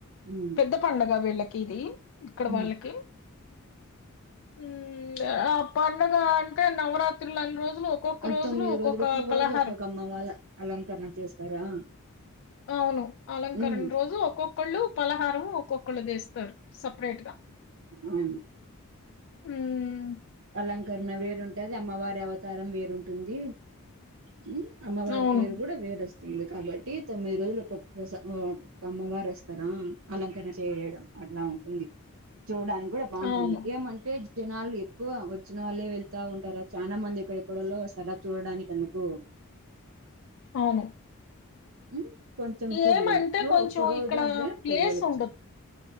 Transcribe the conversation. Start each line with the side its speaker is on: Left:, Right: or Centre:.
Right: ఉమ్,
Left: పెద్ద పండగా వీళ్ళక్ తిధి ఇక్కడ
Right: ఉమ్.
Left: వాళ్ళకి మ్మ్ ఆప్ పండుగ అంటే నవరాత్ త్రులు అన్ని రోజులు ఒక్కొక్క
Right: ఆ
Left: రోజులు
Right: తొమ్మిది
Left: ఒక్కొక్క పలహారం
Right: రోజు ఒక్కొక్క అమ్మ వాళ్ళ అలంకరణ చేస్తారా
Left: అవును అలంకరణ
Right: ఉమ్,
Left: రోజు ఒక్కొక్కోళ్ళు పలహారం ఒక్కొక్క క్కలు తెస్తారు సపరేట్గా
Right: మ్మ్
Left: హ్మ్
Right: అలంకరణ వేరుంటాది అమ్మవారు అవత్ తరం వేరుంటుంది హ్మ్ అమ్మవారి
Left: అవును
Right: పేరు కూడా వేర్ వస్త్ దికాబట్టి తొమ్మిది రోజులు ఒక్కొక్కస ఒకో అమ్మవారు వస్తారా అలంకరణ చేయడం అట్లా ఉంటుంది చూడడానికి కూడా బాగుంటుంది
Left: అవును
Right: ఏమంటే జనాలు గో వచ్చిన వాళ్ళే వెళ్తా ఉంటారా, చాలా మంది ఇక్కడెక్కడోళ వస్తారా, చూడడానికి అందుకు
Left: అవును
Right: ఉమ్ కొంచెం చూడలేము
Left: ఏమంటే
Right: ఓ
Left: కొంచెం
Right: ఒక్క రోజు
Left: ఇక్కడ
Right: అంటే
Left: ప్లేస్
Right: పోవ్వలచ్చు.
Left: ఉండదు